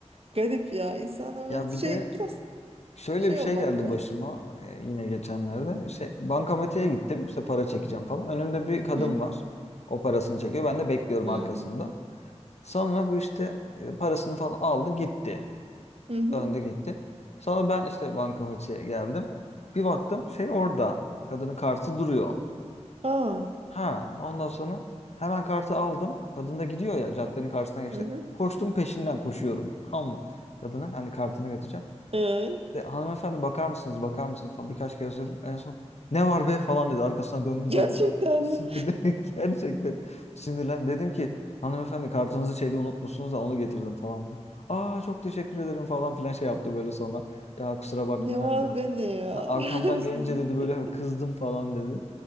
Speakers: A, on the right (about 55°); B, on the left (about 65°).
A: Garip ya. İnsanlar
B: Ya
A: böyle şey
B: bir de
A: biraz
B: şöyle
A: şey
B: bir şey
A: olmak
B: geldi
A: lazım.
B: başıma e, yine geçenlerde. İşte bankamatiğe gittim işte para çekeceğim falan. Önümde bir kadın
A: Hı hı.
B: var. O parasını çekiyor. Ben de bekliyorum
A: Hı
B: arkasında. Sonra bu işte e, parasını falan aldı gitti.
A: hı. hı.
B: Döndü gitti. Sonra ben işte bankamatiğe geldim. Bir baktım şey orada. Kadının kartı duruyor.
A: Aa.
B: Ha, ondan sonra hemen kartı aldım. Kadın da gidiyor ya caddenin karşısına geçti.
A: Hı hı.
B: Koştum peşinden koşuyorum. <laughs> Ama kadına hani kartını götüreceğim.
A: Ee,
B: De, hanımefendi bakar mısınız bakar mısınız falan birkaç kere söyledim. En son ne var be falan dedi. Arkasına döndü
A: gerçekten
B: böyle. Tam Sinirli
A: mi?
B: <laughs> gerçekten sinirlen. Dedim ki hanımefendi kartınızı şeyde unutmuşsunuz da onu getirdim falan dedim. Aa çok teşekkür ederim falan filan şey yaptı böyle sonra. Ya kusura bakmayın
A: Ne
B: hani
A: var be ne ya?
B: Ha, Arkamdan gelince
A: <laughs>
B: dedi böyle hani kızdım falan dedi.